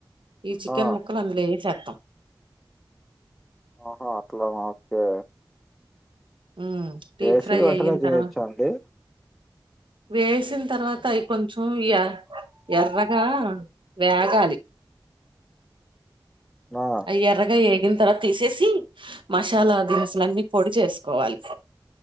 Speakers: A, on the right; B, in the centre.
A: ఈ చికెన్
B: ఆ
A: ముక్కలు అందులో ఏసేత్తం.
B: ఆహా అట్లనా ఓకె
A: హ్మ్. డీప్
B: ఏసి
A: ఫ్రై
B: వెంటనే
A: అయ్యిన
B: చేయచ్చా
A: తర్వా
B: అండి?
A: వేసిన తర్వాత అవి కొంచెం ఎ ఎర్రగా వేగాలి.
B: ఆ
A: అవి ఎర్రగా ఏగిన తర్వాత తీసేసి మసాలా నన్నీ పొడి చేసుకోవాలి.